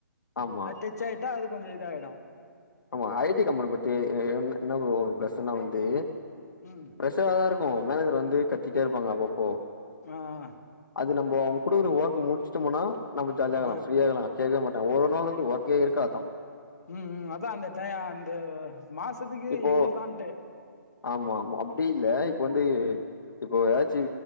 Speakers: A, on the left; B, on the left.
A: ஆமா
B: அது டச் ஆகிட்ட அது கொஞ்சோ இதாகிடு
A: ஆமா ஐ டி கம்பெனி பத்தி என்ன ப்ரோ பிளஸ்ன வந்து
B: ம்
A: பிரஷரா தா இருக்கு மேனேஜர் வந்து கத்திட்டே இருப்பாங்க அப்பப்போ
B: ஆ ஆ
A: அது நம்போ அவுங்க குடுக்குற ஓர்க்கு முடுச்சுட்டோமுனா நம்ம ஜாலிய இருக்லா
B: ஆ
A: ஃப்ரீயா இருகலா கேக்கவே மாட்டா ஒரு நாள் வந்து ஒர்க்கே இருக்காதான்
B: ம் ம் அதா அந்த டைய அந்த மாசத்துக்கு
A: இப்போ
B: இவ்ளதான்டு
A: ஆமா ஆமா அப்டி இல்ல இப்ப வந்து
B: ம்
A: இப்ப எதாச்சு